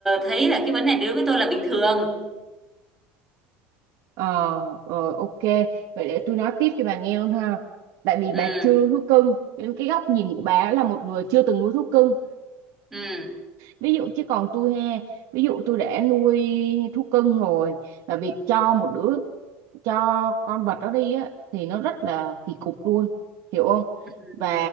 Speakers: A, in the centre; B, on the right.
A: thấy là cái vấn đề này đối với tôi là bình thường
B: ờ rồi ok vậy để tôi nói tiếp cho bà nghe luôn ha tại vì
A: ừ
B: bà chưa nuôi thú cưng nên cái góc nhìn của bà là một người chưa từng nuôi thú cưng
A: ừ
B: ví dụ chứ còn tôi he ví dụ tôi đã nuôi thú cưng rồi và việc cho một đứa cho con vật đó đi á thì nó rất là kỳ cục luôn hiểu không
A: ừ.
B: và